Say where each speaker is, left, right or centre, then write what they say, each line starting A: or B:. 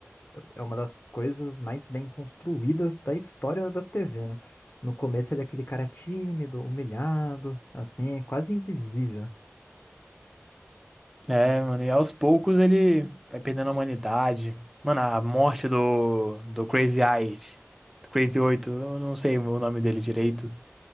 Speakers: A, on the left; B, in the centre.
A: é uma das coisas mais bem construídas da história da TV, né? No começo ele é aquele cara tímido, humilhado, assim, quase invisível.
B: É, mano, e aos poucos ele vai perdendo a humanidade. Mano, a morte do, do Crazy Eight, do Crazy Oito eu não sei o nome dele direito.